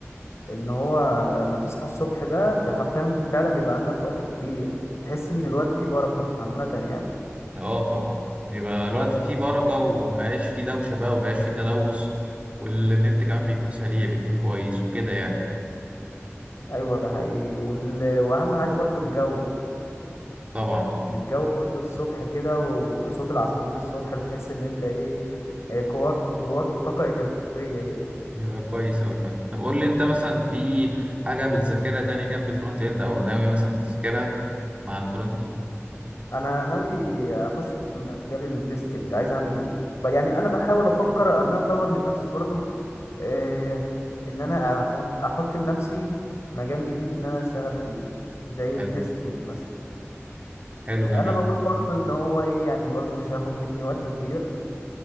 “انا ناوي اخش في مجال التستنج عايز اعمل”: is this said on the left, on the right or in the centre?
Left